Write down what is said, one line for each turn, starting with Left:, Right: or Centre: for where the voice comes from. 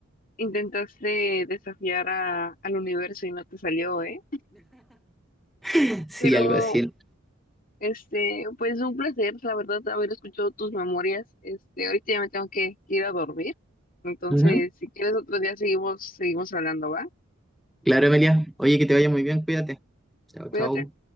Left: intentaste desafiar a, al universo y no te salió, ¿eh?
Centre: <laughs> Sí,
Left: Pero,
Centre: algo así.
Left: este, pues un placer, la verdad, haber escuchado tus memorias. Este, ahorita ya me tengo que ir a dormir. Entonces,
Centre: Ujú.
Left: si quieres otro día seguimos, seguimos hablando, ¿va?
Centre: Claro, Emilia. Oye, que te vaya muy bien, cuídate. Chao, chao.
Left: Cuídate.